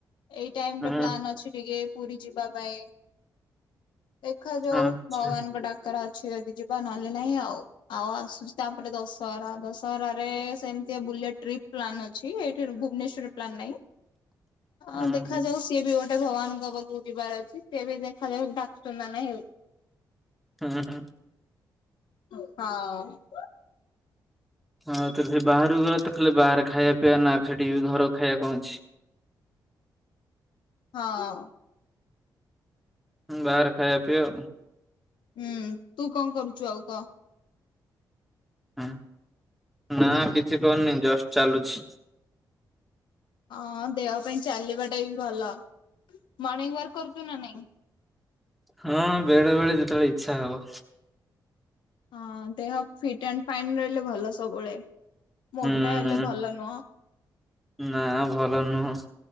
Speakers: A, on the left; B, in the centre.
A: ଏଇ ଟାଇମ
B: ହୁଁ
A: ର ପ୍ଲାନ୍ ଅଛି ଟିକେ ପୁରୀ ଯିବା ପାଇଁ। ଦେଖାଯାଉ
B: ଆଚ୍ଛା
A: ଭଗବାନଙ୍କ ଡାକରା ଅଛି ଯଦି ଯିବା ନହେଲେ ନାହିଁ ଆଉ ଆଉ ଆସୁ ତାପରେ ଦଶହରା ଦଶହରାରେ ସେମିତି ବୁଲିଆ ଟ୍ରିପ୍ ପ୍ଲାନ୍ ଅଛି ଏଇଠିରୁ ଭୁବନେଶ୍ଵରରୁ ପ୍ଲାନ୍ ନାହିଁ
B: ହୁଁ
A: ଅଁ ଦେଖାଯାଉ
B: ହୁଁ।
A: ସିଏ ବି ଗୋ ଗୋଟେ ଭଗବାନଙ୍କ ପାଖକୁ ଯିବାର ଅଛି ସେ ବି ଦେଖାଯାଉ ଡାକୁଛନ୍ତି ନା ନାହିଁ ହେ
B: ହୁଁ ହୁଁ।
A: ହଁ।
B: ହଁ ତ ସେ ବାହାରକୁ ଗଲା ତ ଖାଲି ବାହାରେ ଖାଇବା ପିଇବା ନା ସେଠି ଘର ଖାଇବା କଣ ଅଛି?
A: ହଁ।
B: ବାହାର ଖାଇବା ପିଅ।
A: ହୁଁ ତୁ କଣ କରୁଛୁ ଆଉ କହ।
B: ହୁଁ ନା କିଛି କରିନି ଜଷ୍ଟ ଚାଲୁଛି।
A: ହଁ ଦେହ ପାଇଁ ଚାଲିବାଟା ବି ଭଲ। ମର୍ଣ୍ଣିିଂ ୱାର୍କ କରୁଛୁ ନା ନାଇଁ।
B: ହଁ ବେଳେ ବେଳେ ଯେତେବେଳେ ଇଛା ହବ।
A: ହଁ ଦେହ ଫିଟ ଆଣ୍ଡ ଫାଇନ୍ ରହିଲେ ଭଲ ସବୁବେଳେ ମୋଟା
B: ହୁଁ।
A: ହେଲେ ଭଲ ନୁହଁ।
B: ନା ଭଲ ନୁହଁ